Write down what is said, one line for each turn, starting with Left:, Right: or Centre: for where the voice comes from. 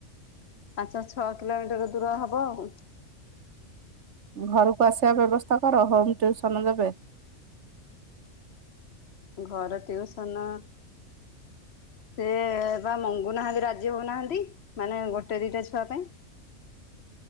Left: ପାଞ୍ଚ ଛଅ କିଲୋମିଟର ଦୂର ହେବ ଆଉ।
Right: ଘରକୁ ଆସିବା ବ୍ୟବସ୍ଥା କର ହୋମ ଟ୍ୟୁସନ ଦେବେ।
Left: ଘର ଟିଉସନ ସେ ବା ମଙ୍ଗୁନାହାନ୍ତି ରାଜି ହଉନାହାନ୍ତି ମାନେ ଗୋଟେ ଦିଟା ଛୁଆ ପାଇଁ।
Right: <inaudible>